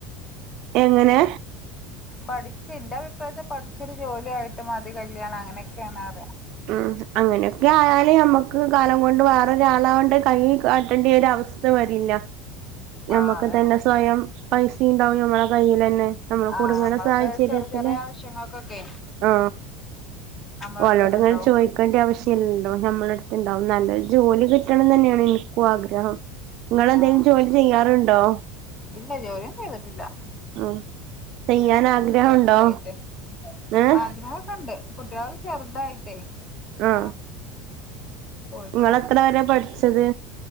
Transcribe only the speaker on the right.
എങ്ങനെ
ഉം അങ്ങനെയൊക്കെ ആയാലെ നമ്മക്ക് കാലം കൊണ്ട് വേറെ ഒരാളോണ്ട് കൈ കാട്ടേണ്ടി ഒരവസ്ഥ വരില്ല ഞമ്മക്ക്
തന്നെ സ്വയം പൈസയുണ്ടാവും നമ്മളെ കയ്യിലാന്നെ നമ്മ കുടുങ്ങണ
സാഹചര്യത്തില്
ആ
ഓനോടിങ്ങനെ
ചോയ്ക്കണ്ടയാവശ്യല്ലലോ നമ്മളടത് ഇത്, ഇണ്ടാവും നല്ലൊരു ജോലി കിട്ടണം എന്നാണ് എനിക്കും ആഗ്രഹം. ഇങ്ങളന്തേലും
ജോലി ചെയ്യാറുണ്ടോ
ആഹ്
ചെയ്യാൻ
ആഗ്രഹണ്ടോ
ഏഹ്
ആഹ്
നിങ്ങളെത്ര വരെ പഠിച്ചത്